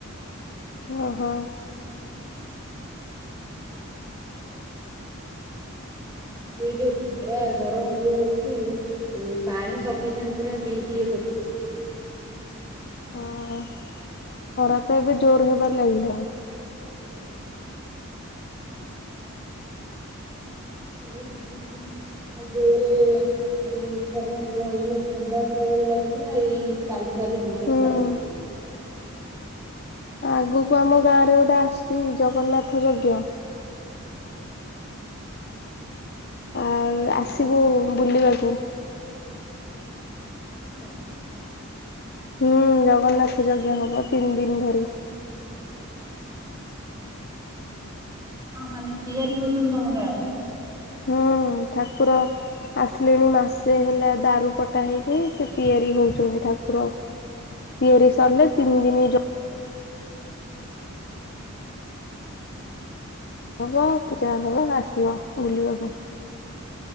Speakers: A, on the left; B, on the right.
A: ଓହୋଃ।
B: ଏଇ ଯୋଉ ଖରା ଗରମ ଯୋଉ ହଉଚି ଏଇ ପାଣି ସଫିସିଏଣ୍ଟ ପୁରା ପିଇକି ଇଏ କରୁଥିବ।
A: ହଁଅ-ଅ ଖରା ତ ଏବେ ଜୋର ହେବାର ଲାଗିଲାଣି।
B: ଏଇଠି ଦି‌ ତିନି ଦିନ ହେଲା ଜୋରରେ <inaudible> <inaudible> ମାନେ ଇଏ ଥଣ୍ଡା ପୁରା ଇଏ ଲାଗୁଥିଲା, ଏଇ କାଲି ଠାରୁ ଜୋରରେ
A: ହୁଁ।
B: ଖରା ହଉଛି।
A: ଆଗକୁ ଆମ ଗାଆଁରେ ଗୋଟେ ଆସୁଚି ଜଗନ୍ନାଥ ଯଜ୍ଞ।
B: ହୁଁ।
A: ଆଉ ଆସିବୁ
B: ହବ
A: ବୁଲିବାକୁ।
B: ହୁଁ <inaudible>
A: ହୁଁ-ଉଁ-ଉଁ ଜଗନ୍ନାଥ ଯଜ୍ଞ ହବ ତିନି ଦିନ ଧରି।
B: କଣ ମାନେ ତିଆରି ହଉଚନ୍ତି ତମ ଗାଆଁରେ?
A: ହୁଁ-ଉ-ଉ ଠାକୁର ଆସିଲେଣି ମାସେ ହେଲା ଦାରୁ କଟା ହେଇକି, ସେ ତିଆରି ହଉଛନ୍ତି ଠାକୁର। ତିଆରି ସରିଲେ ତିନି ଦିନି ଯ ହବ ପୂଜା ହବ ଆସିବ ବୁଲିବାକୁ।